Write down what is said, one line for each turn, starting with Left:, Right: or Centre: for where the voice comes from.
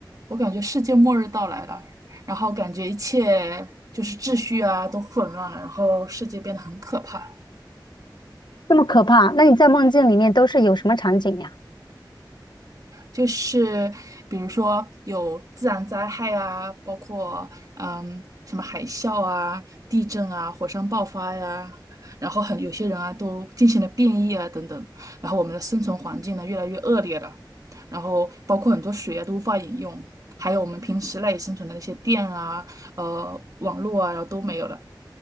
Right: 我感觉世界末日到来了，然后感觉一切就是秩序啊都混乱了，然后世界变得很可怕。
Left: 那么可怕，那你在梦境里面都是有什么场景呀？
Right: 就是比如说有自然灾害啊，包括嗯什么海啸啊、地震啊、火山爆发呀，然后很有些人啊都进行了变异啊等等，然后我们的生存环境呢越来越恶劣了，然后包括很多水啊都无法饮用，还有我们平时赖以生存的那些电啊、呃网络啊，然后都没有了，